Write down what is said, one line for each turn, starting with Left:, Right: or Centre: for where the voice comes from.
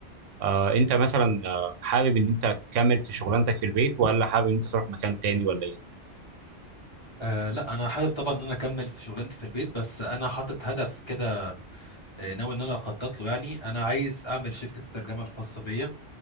Right: آه انت مثلا آه، حابب ان انت تكمل في شغلانتك في البيت ولا حابب ان انت تروح مكان تاني ولا ايه
Left: أه لا انا حابب طبعا ان انا اكمل في شغلانتي في البيت بس انا حاطط هدف كده آه، ناوي ان انا اخطط له يعني انا عايز اعمل شركه ترجمه الخاصه بيا